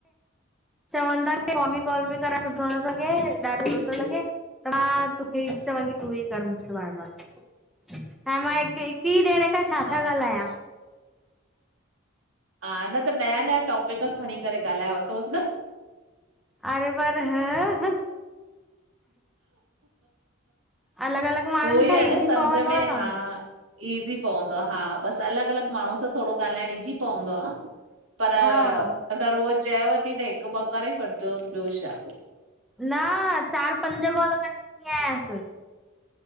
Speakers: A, in the centre; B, on the right.
A: चवंदा कि कॉल मी कॉल‌ मी करण सुठो न थो लॻे ॾाडो हो थोे लॻे मां तोखे ई चवां की तूं ई कर मुखे बार बार हाणे मां हिक‌ हिकी जणे खां छा
B: हा
A: छा ॻाल्हायां
B: हा न त नया नया टॉपिक खणी करे। ॻाल्हाए वठोसि न,
A: अरे पर हं हं अलॻि अलॻि माण्हुनि
B: उहोई
A: खां
B: आ
A: ईज़ी
B: न समझ
A: पवंदो
B: में,
A: आहे
B: हा
A: न
B: ईज़ी पवंदो आ, हा बसि अलॻि -अलॻि माण्हूं सां थोड़ो ॻाल्हाइण ईज़ी पवंदो आ। पर अगरि
A: हा
B: हूव चएव ती त हिकु ॿ करे वॾिजोसि ॿियो छा।
A: न चार, पंज कॉल कंरे चुकी आहियांस। ‌